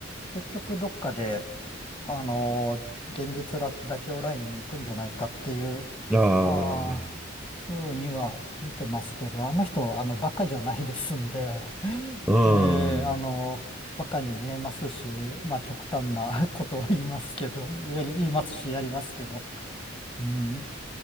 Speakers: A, on the left; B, in the centre.
A: 結局どっかで、あのー現実ら妥協ラインに行くんじゃないかっていう、
B: あ
A: まあ、
B: あ、
A: ふうには見てますけど、あの人、あの、バカじゃないですんで、<laughs>
B: う
A: えーあのーバカに見えますし、
B: ん。
A: まあ、極端なことを言いますけど、やり言いますし、やりますけど、うん、